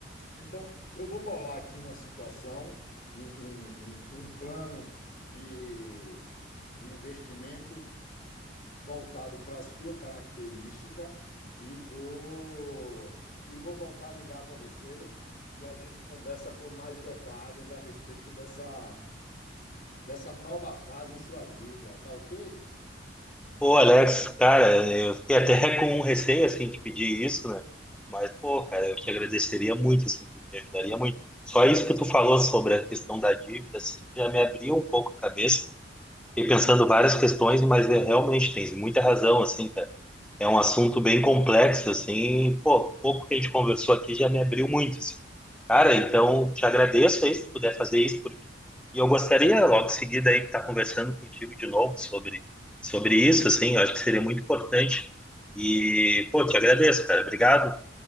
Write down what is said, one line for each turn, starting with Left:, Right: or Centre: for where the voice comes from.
Left: Então, eu vou bolar aqui uma situação, um, um, um, um plano de, de investimentos voltado para a sua característica e vou e vou voltar a ligar para você e a gente conversa com mais detalhes a respeito dessa dessa nova fase em sua vida, tá ok?
Centre: pô, Alex, cara, eu fiquei até <laughs> com um receio, assim, de pedir isso, né? Mas, pô, cara, eu te agradeceria muito, assim, tu me ajudaria muito. Só isso que tu falou sobre a questão da dívida, assim, já me abriu um pouco a cabeça Fiquei pensando várias questões, mas é, realmente tem muita razão, assim, cara. É um assunto bem complexo, assim, pô, pouco que a gente conversou aqui já me abriu muito, assim. Cara, então te agradeço aí se puder fazer isso por mim. E eu gostaria logo em seguida aí estar conversando contigo de novo sobre sobre isso, assim, eu acho que seria muito importante. E, pô, te agradeço, cara. Obrigado.